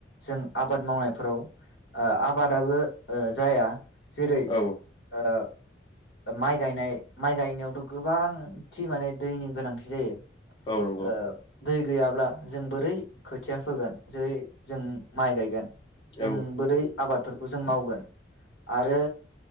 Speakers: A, on the left; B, on the left.
A: जों आबाद मावनायफोराव ओ आबादाबो ओ जाया। जेरै
B: औ।
A: ओ माइ गायनाय माइ गायनायावथ' गोबां थि माने दैनि गोनांथि जायो।
B: औ नंगौ।
A: ओ दै गैयाब्ला जों बोरै खोथिया फोगोन जेरै जों माइ गायगोन? जों
B: औ
A: बोरै आबादफोरखौ जों मावगोन आरो